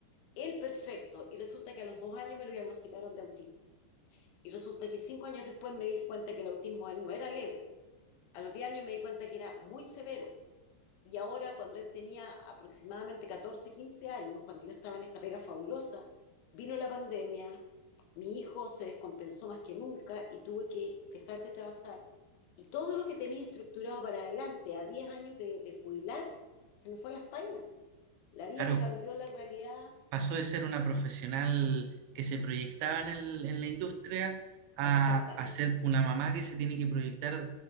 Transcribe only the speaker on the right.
claro,
pasó de ser una profesional que se proyectaba en el- en la industria a,
a ser una mamá que se tiene que proyectar